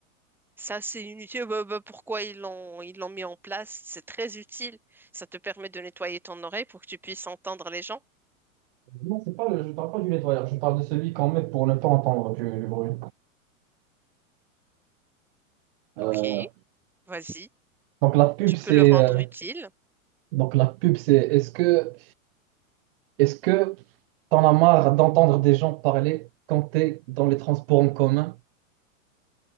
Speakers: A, in the centre; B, on the right.
A: Ça, c'est une utile. Bah, bah, pourquoi ils l'ont ils l'ont mis en place? C'est très utile. Ça te permet de nettoyer ton oreille pour que tu puisses entendre les gens.
B: Non, c'est pas le, je ne parle pas du nettoyeur, je parle de celui qu'on met pour ne pas entendre du, du bruit. Euh,
A: Ok, vas-y.
B: donc la pub,
A: Tu
B: c'est
A: peux le rendre
B: euh,
A: utile.
B: donc la pub, c'est est-ce que est-ce que t'en as marre d'entendre des gens parler quand t'es dans les transports en commun?